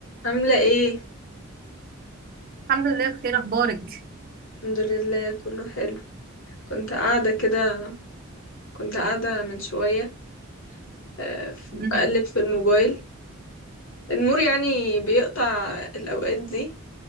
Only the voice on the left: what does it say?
عاملة ايه؟
الحمد لله كله حلو كنت قاعدة كده كنت قاعدة من شوية آه، ف-
بقلب في الموبايل النور يعني بيقطع الأوقات دي